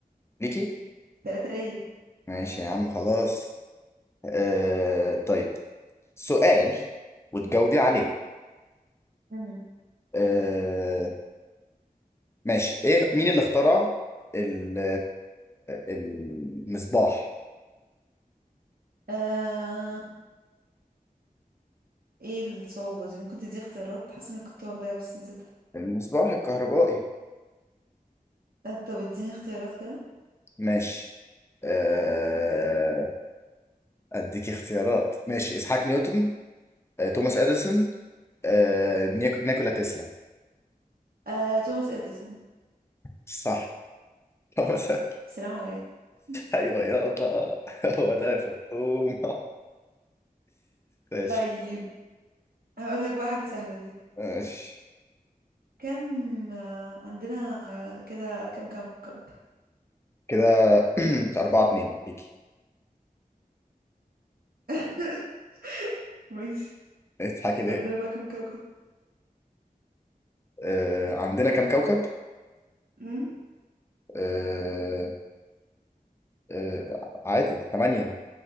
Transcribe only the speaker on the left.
ليكي؟
ماشي يا عم خلاص آه، طيب سؤال وتجاوبي عليه
آه، ماشي ايه مين اللي اخترع ال- المصباح
المصباح الكهربائي
ماشي آه، اديك اختيارات ماشي اسحاق نيوتن آه، توماس اديسون آه، نيك- نيكولا تسلا
صح توماس <laughs>
ايوه يابا هو ده يا فطوم ماشي
ماشي
كده <clears throat> أربعة اتنين ليكي
تضحكي ليه؟
آه، عندنا كام كوكب؟
آه، آه، عادي ثمانية